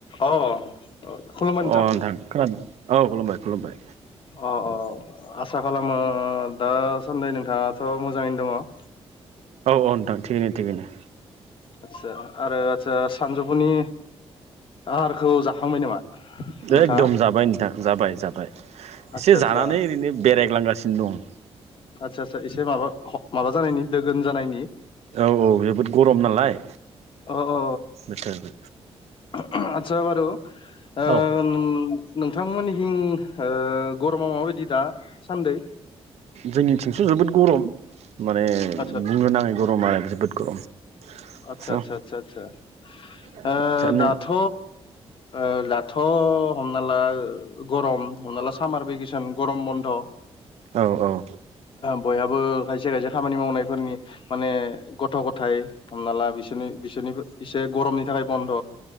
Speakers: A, on the left; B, on the right.
A: अ खुलुमबाय
B: अ
A: नोंथां
B: खोनादों औ खुलुमबाय खुलुमबाय
A: औ औ आसा खालामो दासान्दि नोंथाङाथ' मोजाङैनो दङ
B: औ औ नोंथां थिगैनो थिगैनो
A: आचसा आरो आचसा सानजौफुनि आहारखौ जाखांबाय नामा? नोंथाङा
B: एकदम जाबाय नोंथां जाबाय जाबाय
A: आदसा
B: एसे
A: आदसा
B: जानानै ओरैनो बेरायग्लांगासिनो दं।
A: आदसा आदसा एसे माबा माबा जानायनि दोगोन जानायनि
B: औ औ जोबोद गरम नालाय
A: अ अ
B: बोथोर
A: अ आतसा बारु ओन
B: औ
A: नोंथांमोननि खिं ओ गरमा माबायदि दा सान्दै?
B: जोंनिथिंस' जोबोद गरम माने
A: आदसा
B: बुंनो नाङै गरम आरो जोबोद गरम।
A: आतसा
B: स
A: आतसा आदसा आदसा
B: आदसा
A: ओ
B: नों
A: दाथ' ओ दाथ' हमना ला गरम हमना ला सामार भेकेसन गरम बन्द
B: औ औ
A: बयहाबो खायसे खायसे खामानि मावनायफोरनि माने गथ' गथाय हमना ला बिसोरनि बिसोरनिबो एसे गरमनि थाखाय बन्द'